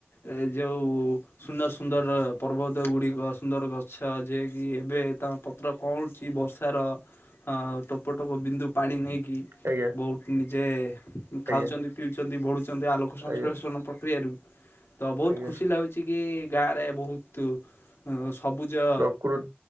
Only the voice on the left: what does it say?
ଏ ଯୋଉ ସୁନ୍ଦର ସୁନ୍ଦର ପର୍ବତ ଗୁଡ଼ିକ, ସୁନ୍ଦର ଗଛ ଯିଏ କିି ଏବେ ଶ୍ୟ, ପତ୍ର କଅଁଳଲୁଚି ବର୍ଷାର ଟୋପ ଟୋପ ବିନ୍ଦୁ ପାଣି ନେଇ କି
ବହୁତ ନିଜେ ଖାଉଛନ୍ତି,
ପିଉଛନ୍ତି, ବଢ଼ୁଛନ୍ତି ଆଲୋକ ସଂଶ୍ଳେଷଣ
ପ୍ରକ୍ରିୟାରୁ ତ ବହୁତ
ଖୁସି ଲାଗୁଛି କି, ଗାଁ ରେ ବହୁତ ସ ସବୁଜ